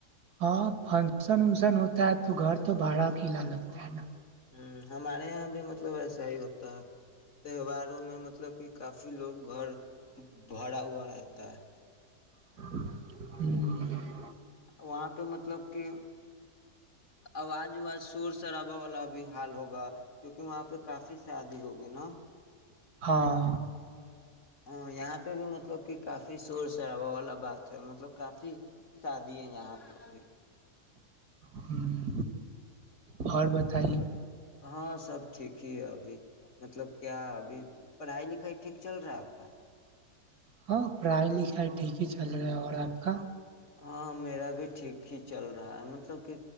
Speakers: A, on the right (about 75°); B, on the left (about 50°).
A: ہاں فنکشن وکشن ہوتا ہے تو گھر تو بھاڑا کلا لگتا ہے نا
B: ہوں ہمارے یہاں بھی مطلب ایسا ہی ہوتا ہے تہواروں میں مطلب کہ کافی لوگ گھر بھرا ہوا رہتا ہے
A: ہوں
B: وہاں پہ مطلب کہ آواز وواز سورس شرابا والا بھی حال ہوگا کیونکہ وہاں پہ کافی شادی ہوگی نا
A: ہاں
B: ہاں یہاں پہ بھی مطلب کہ کافی شور شرابا والا بات مطلب کافی شادی ہے یہاں پہ بھی
A: ہوں گھر بتائیے
B: ہاں سب ٹھیک ہی ہے ابھی مطلب کیا ابھی پڑھائی لکھائی ٹھیک چل رہا ہے آپ کا
A: ہاں پڑھائی لکھائی ٹھیک ہی چل رہا اور آپ کا
B: ہاں میرا بھی ٹھیک ہی چل رہا ہے مطلب کہ